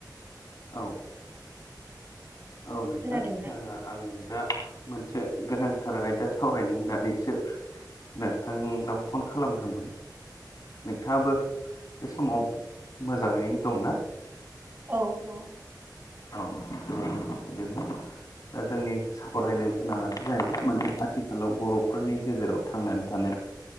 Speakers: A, on the left (about 55°); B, on the right (about 30°).
A: औ। औ नोंथां
B: खोनादोंना
A: ओ आं दा मोनसे गोनांथार आयदा सावरायनो होननानैसो नोंथांनाव फन खालामदोंमोन। नोंथाङाबो बे समाव मोजाङैनो दंना?
B: औ दं।
A: <unintelligible> दा जोंनि सावरायनो गोनाङानो जाहैबाय माने आथिखालाव बर'फोरनि गेजेराव थांनानै थानाय।